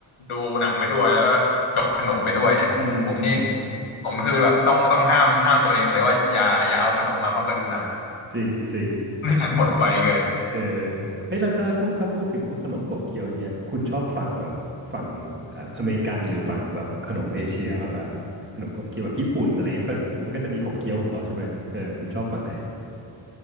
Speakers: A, on the left; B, on the right.
A: ดูหนังไปด้วยแล้วก็จกขนมไปด้วยเนี่ยผมนี่
B: อืมอืม
A: ผมคือแบบต้องต้องห้ามห้ามตัวเองเลยว่าอย่าอย่าเอาขนมมาพร้อมกับดูหนัง <laughs>
B: จริงจริง
A: ไม่งั้นหมดไวเกิน
B: เออเอ้ยแล้วถ้าพูดถ้าพูดถึงพวกขนมขบเคี้ยวอย่างเงี้ยคุณชอบฝั่งแบบฝั่งเอ่ออเมริกันหรือฝั่งแบบขนมเอเชียมากกว่ากันขนมขบเคี้ยวแบบญี่ปุ่นอะไรเงี้ยมันก็จะมันก็จะมีขบเคี้ยวของเขาใช่ไหมเออคุณชอบฝั่งไหน